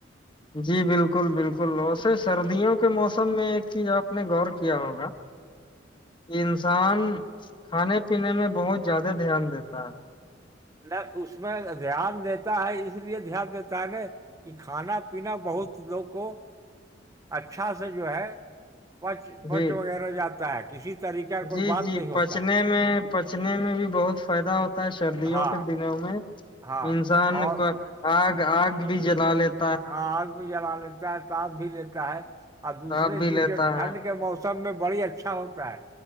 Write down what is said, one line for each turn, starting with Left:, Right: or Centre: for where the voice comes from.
Left: جی بالکل بالکل ووسے سردیوں کے موسم میں ایک چیز آپ نے غور کیا ہوگا انسان کھانے پینے میں بہت زیادہ دھیان دیتا ہے
Right: نہ اس میں دھیان دیتا ہے اس لیے دھیان دیتا ہے ن کہ کھانا پناا
Left: ہے
Right: بہت لوگ کو اچھا سے جو ہے پچ پچ
Left: جی
Right: وغیرہ جاتا ہے کسی طریقے کا
Left: جی
Right: کوئی بات
Left: جی
Right: نہیں
Left: پچنے
Right: ہوتا ہے
Left: میں پچنے میں بھی بہت فائدہ ہوتا ہے سردیوں
Right: ہاں
Left: کے دنوں میں
Right: ہاں
Left: انسان
Right: اور
Left: کا آگ آگ بھی جلا لیتے
Right: آگ بھی جلا لیتا ہے تپ بھی لیتا ہے اور دوسری
Left: تاپ بھی
Right: چیز
Left: لیتا
Right: جو ٹھنڈ
Left: ہے
Right: کے موسم س میں بڑی اچھا ہوتا ہے